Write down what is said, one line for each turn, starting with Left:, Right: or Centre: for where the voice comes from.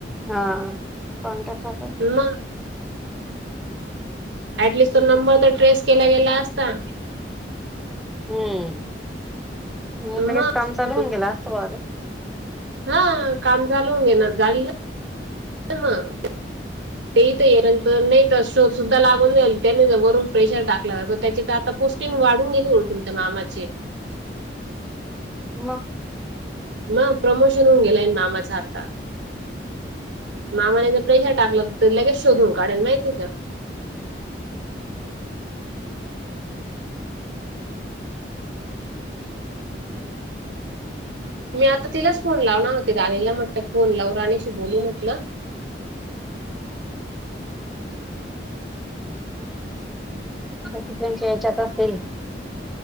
Centre: हा कोण टाका
Right: मग ऍटलिस्ट तो नंबर तर ट्रेस केला गेला असता
Centre: हम्म
Right: मग
Centre: म लगेच काम चालू होऊन गेलं असत बा
Right: हा काम चाल घे ना <unintelligible> झाली मग ते तरंत नाही तर शो सुद्धा लागून झाल त्यानी वरून प्रेशर टाकला ज त्याच्या तर आता पोस्टिंग वाढून गेली ओडून तर मामाचे
Centre: मग
Right: म प्रमोशन होऊन गेलाय मामाचा आता मामाने जर प्रेशर टाकला तर तरी लगेच शोधून काढाला माहिती का मी आता तिलाच फोन लावणार होती राणीला म्हटलं फोन लावू राणीशी बोलू म्हटलं
Centre: <unintelligible> त्यांच्या याच्यात असतील